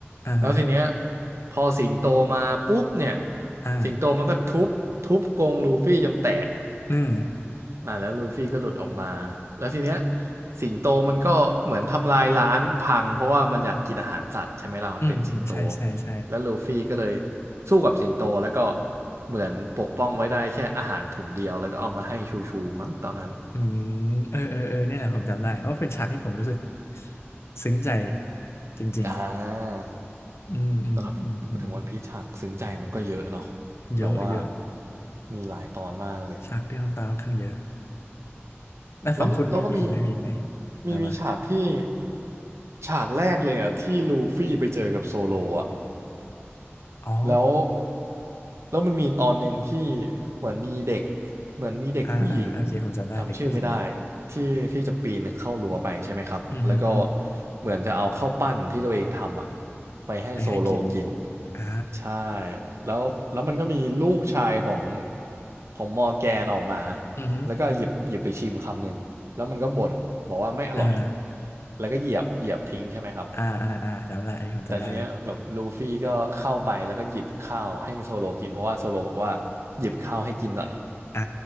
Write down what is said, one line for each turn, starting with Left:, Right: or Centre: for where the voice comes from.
Left: อ่าฮะ
Right: แล้วทีเนี้ยพอสิงโตมาปุ๊บเนี่ย
Left: อ่า
Right: สิงโตมันก็ทุบทุบกรงลูฟี่จนแตก
Left: อืม
Right: อ่าแล้วลูฟี่ก็หลุดออกมาแล้วทีเนี้ยสิงโตมันก็เหมือนทำลายร้านพังเพราะว่ามันอยากกินอาหารสัตว์ใช่ไหมล่ะมันเป็นสิงโต
Left: อืมอืมใช่ใช่ใช่
Right: แล้วลูฟี่ก็เลยสู้กับสิงโตแล้วก็เหมือนปกป้องไว้ได้แค่อาหารถุงเดียวแล้วก็เอามาให้ชูชูมั้งตอนนั้น
Left: อืมเออเออเออเนี่ยแหละผมจำได้เพราะเป็นฉากที่ผมรู้สึกซึ้งใจจริง
Right: อ่า
Left: ๆอืมอืมอืมอืม
Right: แต่ถ้าพูดถึงวันพีชฉากซึ้งใจมันก็เยอะเนาะ
Left: เยอะเยอะ
Right: แบบว่ามีหลายตอนมากเลย
Left: ฉากที่น้ำตาค่อนข้างเยอะแล้วฝั่งคุณมีมีอีกไหมมีอีกไหม
Right: แล้วเราก็มีมีมีฉากที่
Left: มามา
Right: ฉากแรกเลยอ่ะที่ลูฟี่ไปเจอกับโซโลอ่ะ
Left: อ๋อ
Right: แล้วแล้วมันมีตอนหนึ่งที่เหมือนมีเด็กเหมือนมีเด็กผู้หญิง
Left: อ่าอ่าโอเคผมจำได้เด็กผู้หญิง
Right: จำชื่อไม่ได้ที่ที่จะปีนเข้ารั้วไปใช่ไหมครับแล้วก็
Left: อือหืออือหือ
Right: เหมือนจะเอาข้าวปั้นที่ตัวเองทำอ่ะไปให้โซโลกิน
Left: ไปให้กินอ่า
Right: ใช่แล้วแล้วมันก็มีลูกชายของของมอร์แกนออกมา
Left: อือฮึ
Right: แล้วก็หยิบหยิบไปชิมคำหนึ่งแล้วมันก็บ่นบอกว่าไม่อร่อย
Left: อ่า
Right: แล้วก็เหยียบเหยียบทิ้งใช่ไหมครับ
Left: อ่าอ่าอ่าจำได้อันนี้ผมจำได้เลย
Right: แต่ทีเนี้ยแบบลูฟี่ก็เข้าไปแล้วก็หยิบข้าวให้โซโลกินเพราะว่าโซโลบอกว่าหยิบข้าวให้กินหน่อย
Left: อ่า